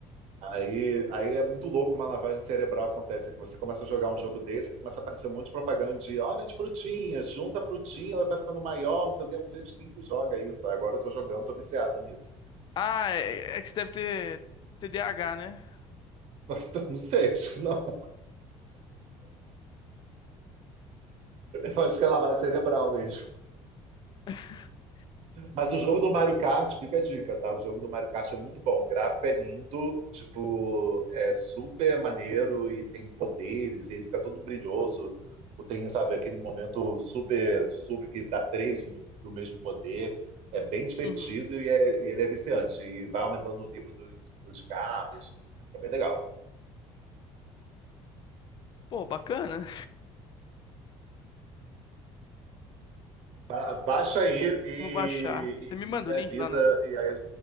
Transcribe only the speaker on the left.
Ah, é, é que você deve ter T D A H né?
<laughs>
Uhum.
Pô, bacana.
Vou baixar. Você me manda
o
link lá na.